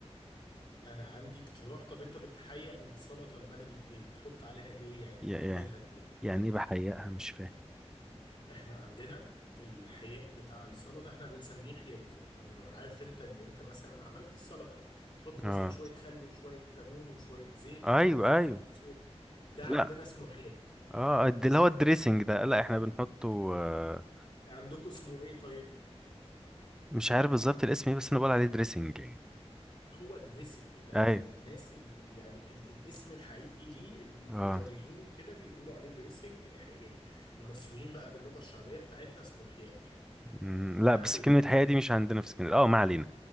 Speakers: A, on the left; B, in the centre.
A: أنا عندي اقتراح طب أنت بتحيق السلطة البلدي بإيه؟ بتحط عليها إيه؟ يعني بتتبلها
B: يعني
A: بإيه؟
B: يعني ايه بحيقها مش فاهم
A: احنا عندنا الحياء بتاع السلطة احنا بنسميه حياء في القاهرة عارف انت اللي انت مثلا عملت السلطة تحط
B: اه
A: مثلا شوية خل وشوية ليمون وشوية زيت
B: ايوه
A: وشوية فلفل
B: ايوه
A: اسود ده
B: لا
A: عندنا اسمه حياء
B: اه الد- اللي هو الدريسنج ده لا احنا بنحطه آه،
A: عندكم اسمه ايه طيب
B: مش عارف بالظبط الاسم ايه بس انا بقول عليه دريسنج يعني
A: هو دريسنج ده الناس
B: ايوه
A: اللي يعني ال الاسم الحقيقي ليه الايطاليين
B: اه
A: وكده بيقولوا عليه دريسنج إح- يعني المصريين بقى باللغة الشعبية بتاعتنا اسمه حياء يعني
B: مم، لا
A: ما
B: بس
A: علينا
B: كلمة حياة دي مش عندنا في اسكندرية اه ما علينا